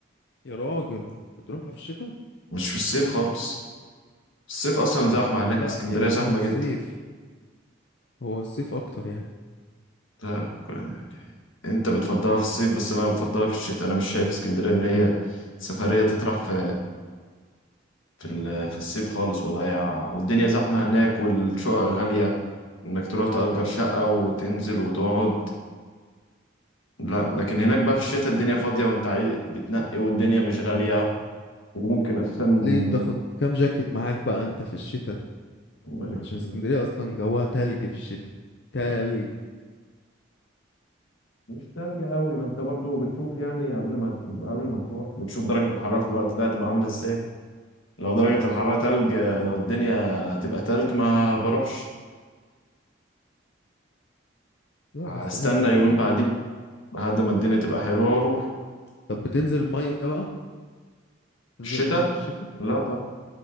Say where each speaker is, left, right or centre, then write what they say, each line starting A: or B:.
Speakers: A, on the left (about 55°); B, on the left (about 85°).
A: يا راجل بتروحها في الشتاء
B: مش في الصيف خالص الصيف اصلا زحمة هناك
A: لا
B: اسكندرية
A: هي مكانها
B: زحمة
A: الصيف
B: جدا
A: هو الصيف اكتر يعني
B: لا يعني انت بتفضلها في الصيف بس انا بفضلها في الشتاء انا مش شايف اسكندرية ان هي سفرية تطرح في في ال- في الصيف خالص وضايع والدنيا زحمة هناك والشقق غالية انك تروح تأجر شقة وتنزل وتقعد لا لكن هناك بقى
A: يعني
B: في الشتاء الدنيا فاضية وانت عاي- بتنقي والدنيا مش غالية وممكن اساسا هم
A: ليه بتاخد كام جاكيت معاك بقى انت في الشتاء
B: جاكيتين
A: عشان اسكندرية اصلا جواها تلج في الشتاء تلج
B: مش تلج قوي ما انت برضو بتشوف يعني قبل ما تشوف قبل ما تروح بتشوف درجة الحرارة في الوقت ده هتبقى عاملة ازاي لو درجة الحرارة تلج لو الدنيا هتبقى تلج ما بروحش
A: لا
B: هستنى
A: بس برضو
B: يومين
A: يعني
B: بعدين لحد ما الدنيا تبقى حلوة واروح
A: طب بتنزل المية بقى تنزل
B: الشتاء
A: المية في الشتاء
B: لا طبعا